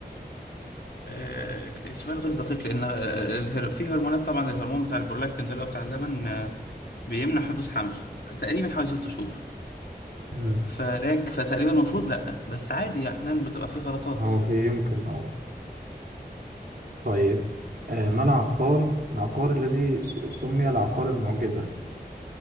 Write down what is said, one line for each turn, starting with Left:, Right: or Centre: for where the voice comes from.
Left: آه سؤال غير دقيق لان آه، الهر... في هرمونات طبعا الهرمون بتاع البرولاكتين ده اللي هو بتاع اللبن آه، بيمنع حدوث حمل تقريبا حوالي ست شهور
Right: مم.
Left: فلاك فتقريبا المفروض لا بس عادي احيانا بتبقى في غلطات
Right: هو في يمكن أه طيب آه، ما العقار العقار الذي س- سمي العقار المعجزة